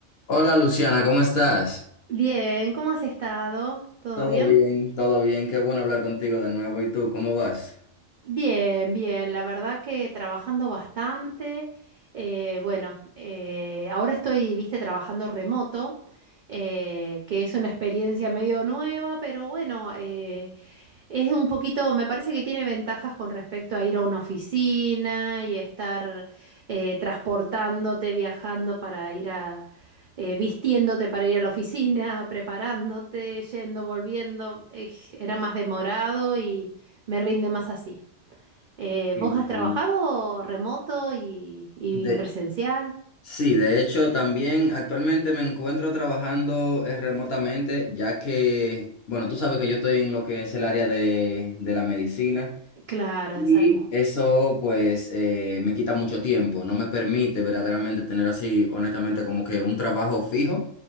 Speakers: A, on the left; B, on the right.
A: Hola Luciana, ¿cómo estás?
B: Bien, ¿cómo has estado? ¿Todo
A: Todo
B: bien?
A: bien, todo bien, qué bueno hablar contigo de nuevo. ¿Y tú, cómo vas?
B: Bien, bien, la verdad que trabajando bastante. eh, bueno, eh, ahora estoy, viste, trabajando remoto, eh, que es una experiencia medio nueva, pero bueno, eh, es un poquito, me parece que tiene ventajas con respecto a ir a una oficina y estar eh, transportándote, viajando para ir a, eh, vistiéndote para ir a la oficina, preparándote, yendo, volviendo. Eh, era más demorado y me rinde más así. Eh,
A: Sí,
B: ¿vos
A: totalmente.
B: has trabajado remoto y, y
A: De,
B: presencial?
A: sí, de hecho, también actualmente me encuentro trabajando eh, remotamente, ya que, bueno, tú sabes que yo estoy en lo que es el área de, de la medicina.
B: Claro,
A: Y
B: de salud.
A: eso pues eh, me quita mucho tiempo, no me permite verdaderamente tener así, honestamente, como que un trabajo fijo.